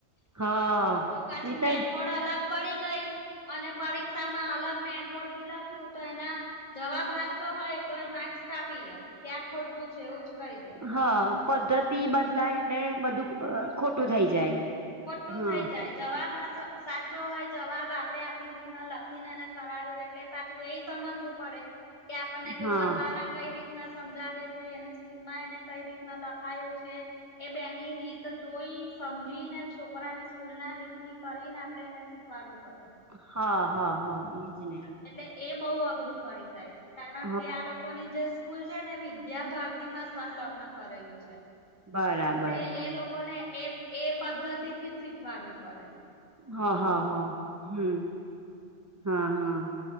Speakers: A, on the right; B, on the left.
A: હા.
B: તો પછી
A: નહીતર
B: મેંથોડ અલગ પડી ગઈ. અને પરીક્ષા માં અલગ મેથોડ થી લખ્યું તો એના જવાબ હાચો હોય તોય માર્ક્સ કાપી લે ક્યાં આ ખોટું છે એવું જ કહી દે.
A: હ. પદ્ધતિ બદલાય એટલે બધું અ ખોટું થઈ જાય.
B: ખોટું
A: હા
B: થાય જાય. જવાબ હાસો સાચો હોય જવાબ આપડે આપણી રીતમાં લખીને એને કરાવ્યું એટલે પાછું એજ સમજવું પડે કે આપણને ગૂગલ
A: હા
B: વાળા કઈ રીતના સમજાવે છે એની સ્કૂલ માં એને કઈ રીતના લખાયું છે. એ બેની રીત જોઈ સમજીવીને છોકરાને સ્કૂલ ના રીતની કરીને આપણેે એને શીખવાડવું પડે.
A: હા હા હા ઇજ ને.
B: એટલે એ બહુ અઘરું પડી જાય છે કારણ
A: હા
B: કે આ લોક લોકોની જે સ્કૂલ છે ને વિદ્યાભારતી માં સંલગ્ન કરેલું છે.
A: બરાબર
B: એટલે એ લોકોને એ એ પદ્ધતિ થી જ શીખવાડવું પડે.
A: હા હા હા
B: એવું
A: હમ્મ
B: છે
A: હા હા